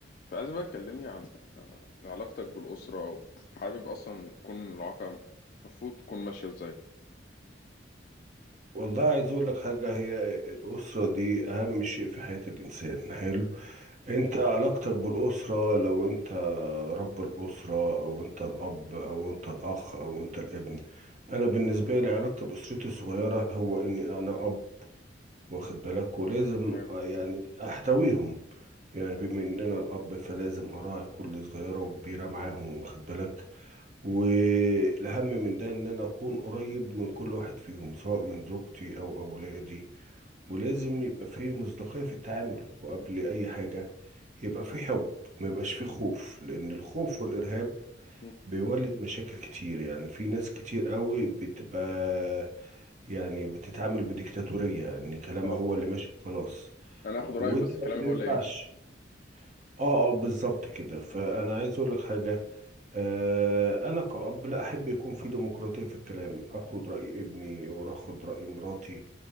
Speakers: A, on the left; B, on the right.
A: فعايز بقى تكلمني عن عن علاقتك بالأسرة وحابب أصلا تكون العلاقة المفروض تكون ماشية إزاي
B: والله عايز اقول لك حاجه هي الاسره دي اهم شيء في حياه الانسان حلو انت علاقتك بالاسره لو انت رب الاسره او انت الاب او انت الاخ او انت الابن انا بالنسبه لي علاقتي باسرتي الصغيره هو اني انا اب واخد بالك ولازم
A: تمام
B: يعني احتويهم يعني بما ان انا الاب فلازم اراعي كل صغيره وكبيره معاهم واخد بالك والأهم من ده إن أنا أكون قريب من كل واحد فيهم سواء من زوجتي أو أولادي ولازم يبقى فيه مصداقية في التعامل وقبل أي حاجة يبقى فيه حب ما يبقاش فيه خوف لأن الخوف والإرهاب
A: مم.
B: بيولد مشاكل كتير يعني في ناس كتير قوي بتبقى يعني بتتعامل بديكتاتورية إن كلامها
A: اه
B: هو اللي ماشي وخلاص
A: أنا هاخد
B: وده
A: رأيك بس كلامي
B: ما
A: هو
B: ينفعش
A: اللي هيمشي
B: اه اه بالظبط كده فأنا عايز أقول لك حاجة آه، أنا كأب لا أحب يكون في ديمقراطية في الكلام أخد رأي ابني وأخد رأي مراتي